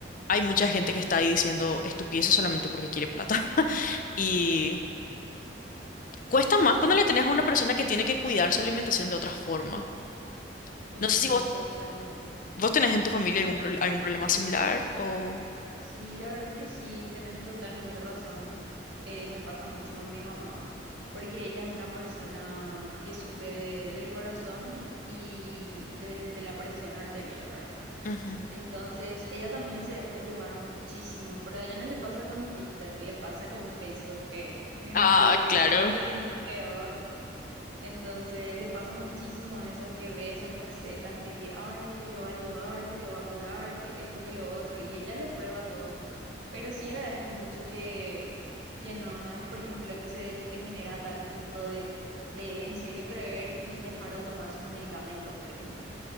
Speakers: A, on the left (about 45°); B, on the right (about 85°).
A: hay mucha gente que está ahí diciendo estupideces solamente porque quiere plata. <laughs> Y cuesta más cuando le tenés a una persona que tiene que cuidar su alimentación de otra forma.
B: Entiendo
A: No sé si vos,
B: totalmente.
A: vos tenés en tu familia algún, pro- algún problema similar o...
B: Sí, la verdad que sí, tenés totalmente razón. Eh, me pasa mucho con mi mamá, porque ella es una persona que sufre de- del corazón y de, de la presión arterial, ¿verdad?
A: Ujú.
B: Entonces, ella también se deja llevar muchísimo, pero a ella no le pasa con TikTok, le pasa con Facebook, que <laughs>
A: Ah,
B: digo que
A: claro.
B: es totalmente peor. Entonces, le pasa muchísimo eso que ve esas recetas de que, ay, que te va a ayudar, que te va a curar, que esto, que lo otro, y ella lo prueba todo. Pero sí agradezco mucho que, que no, no es, por ejemplo, que se te genera a tal punto de, de en serio creer y dejar de tomar sus medicamentos, por ejemplo.